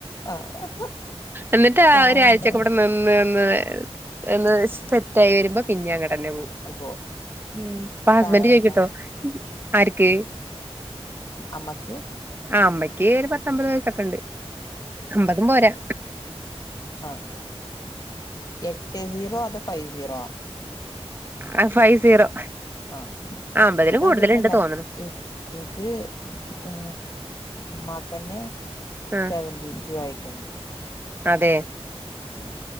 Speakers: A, on the left (about 35°); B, on the right (about 20°).
A: ആഹ്
B: എന്നിട്ട്
A: പ്രായണ്ടോ
B: ഒരാഴ്ചക്കെ ഇവിടെ നിന്ന്ന്ന് സെറ്റ് ആായി വരുമ്പോ പിന്നെ അങ്ങ പോകും
A: അപ്പോ
B: ഹസ്ബൻഡ്
A: പ്രായണ്ടോ
B: ചോയ്ക്കുട്ടോ ആർക്ക്
A: അമ്മക്ക്
B: ആ അമ്മയ്ക്ക് ഒരു പത്തമ്പത് വയസൊക്കെ ഉണ്ട് അമ്പതും പോരാ
A: ആ എട്ട് സീറോ അത് ഫൈവ് സീറോ ആ
B: ആഹ് ഫൈവ് സീറോ.
A: ആഹ്
B: ആഹ് അമ്പതിന്
A: ഇത
B: കൂടുതലുണ്ട്
A: അതൊന്നല്ല
B: തോന്നണു
A: ഇത് ഏ മ്മക്കന്നെ
B: ആഹ്
A: സെവന്റി ടു ആയിട്ടുണ്ട്.
B: അതെ.
A: ഉ